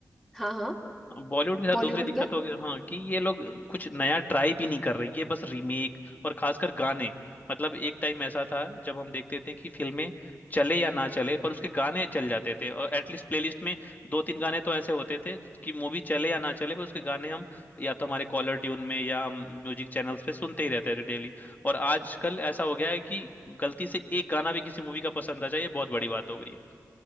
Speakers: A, in the centre; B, on the left.
A: हाँ हाँ
B: बॉलीवुड के साथ
A: बॉलीवुड
B: दूसरी दिक्कत हो गई हाँ कि ये लोग कुछ नया ट्राई भी नहीं कर रहे ये बस रीमेक और खासकर गाने मतलब एक टाइम ऐसा था जब हम देखते थे कि फिल्में चले या ना चले पर उसके गाने चल जाते थे और एटलीस्ट प्लेलिस्ट में दो तीन गाने तो ऐसे होते थे कि मूवी चले या ना चले पर उसके गाने हम या तो हमारे कॉलर ट्यून में या हम म्यूजिक चैनल्स पे सुनते ही रहते थे डेली और आजकल ऐसा हो गया है कि गलती से एक गाना भी किसी मूवी का पसंद आ जाए ये बहुत बड़ी बात हो गई